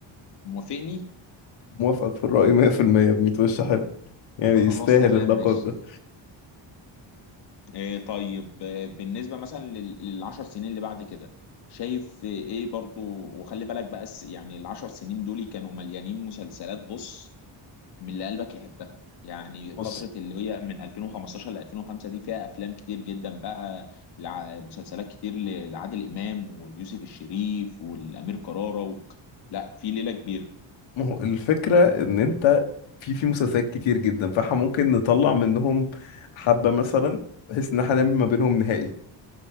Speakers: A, on the left; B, on the left.
A: موافقني
B: موافقك في الرأي 100% بميت وش حلو يعني
A: خلاص
B: يستاهل
A: تمام
B: اللقب
A: ماشي
B: ده
A: إيه طيب آه، بالنسبة مثلا لل- للعشر سنين اللي بعد كده شايف آه، ايه برضو وخلي بالك بقى الس- يعني العشر سنين دول كانوا مليانين مسلسلات بص من اللي قلبك يحبها يعني
B: بص
A: فترة اللي هي من 2015 ل 2005 دي فيها أفلام كتير جدا بقى لع- مسلسلات كتير ل- لعادل إمام واليوسف الشريف والأمير كرارة و... لا في ليلة كبيرة
B: ما هو الفكرة ان انت في في مسلسلات كتير جدا فاحنا ممكن نطلع منهم حبة مثلا بحيث ان احنا نعمل ما بينهم نهائي